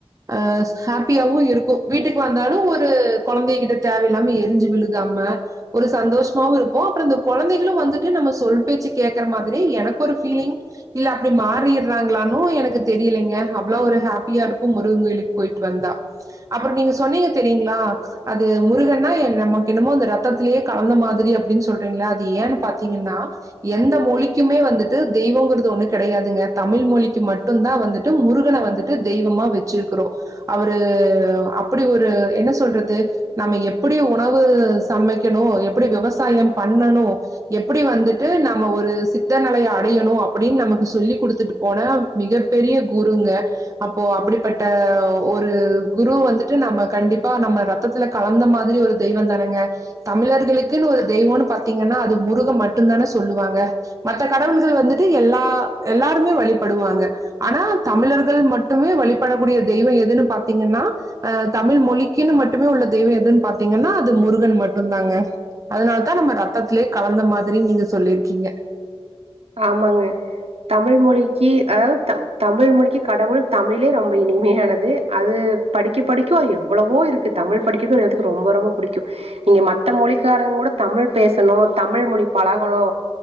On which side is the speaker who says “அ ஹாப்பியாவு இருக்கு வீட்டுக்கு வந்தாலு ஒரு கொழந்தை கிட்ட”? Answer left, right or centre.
Right